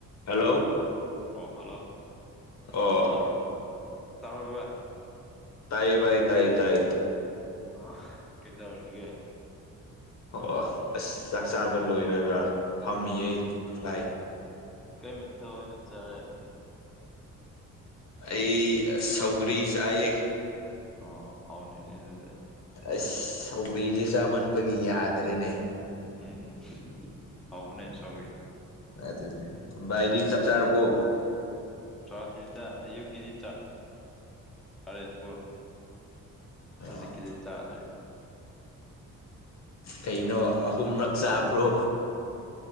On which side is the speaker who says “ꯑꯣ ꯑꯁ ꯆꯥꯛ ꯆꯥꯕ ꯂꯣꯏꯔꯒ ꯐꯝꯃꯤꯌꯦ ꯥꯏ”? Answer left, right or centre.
Left